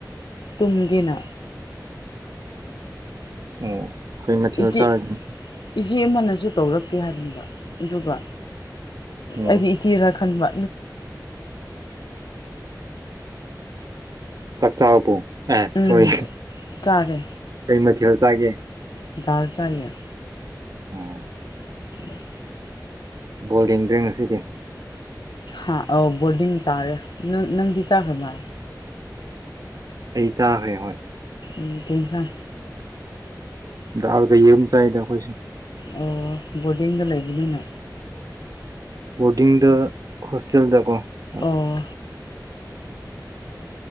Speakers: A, on the left; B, on the right.
A: ꯇꯨꯝꯒꯦꯅꯥ
B: ꯑꯣ ꯀꯩ ꯃꯊꯦꯜ
A: ꯏꯆꯦ
B: ꯆꯥꯔꯒꯦ
A: ꯏꯆꯦ ꯑꯃꯅꯁꯨ ꯇꯧꯔꯛꯀꯦ ꯍꯥꯏꯕꯅꯦꯕ ꯑꯗꯨꯒ
B: ꯎꯝ
A: ꯑꯩꯗꯤ ꯆꯦꯔꯥ ꯈꯟꯕ
B: ꯆꯥꯛ ꯆꯥꯔ꯭ꯕꯣ ꯑꯦ
A: ꯎꯝ
B: ꯁꯣꯔꯤ
A: ꯆꯥꯔꯦ
B: ꯀꯩ ꯃꯊꯦꯜ ꯆꯥꯒꯦ
A: ꯗꯜ ꯆꯌꯦ
B: ꯑꯣ
A: <inaudible>
B: ꯕꯣꯜ ꯌꯦꯡꯗ꯭ꯔꯦ ꯉꯁꯤꯗꯤ
A: ꯍꯥ ꯑꯧ ꯕꯣꯔꯗꯤꯡ ꯇꯥꯔꯦ ꯅꯪ ꯅꯪꯗꯤ ꯆꯥꯈ꯭ꯔꯕ
B: ꯑꯩ ꯆꯥꯈ꯭ꯔꯦ ꯍꯣꯏ
A: ꯎꯝ ꯀꯩ ꯑꯦꯟꯁꯥꯡ
B: ꯗꯗ ꯌꯦꯔꯨꯝ ꯆꯥꯏꯗ ꯑꯩꯈꯣꯏꯁꯦ
A: ꯑꯣ ꯕꯣꯔꯗꯤꯡꯗ ꯂꯩꯕꯅꯤꯅ
B: ꯕꯣꯔꯗꯤꯡꯗ ꯍꯣꯁꯇꯦꯜꯗꯀꯣ ꯍꯣꯏ
A: ꯑꯣ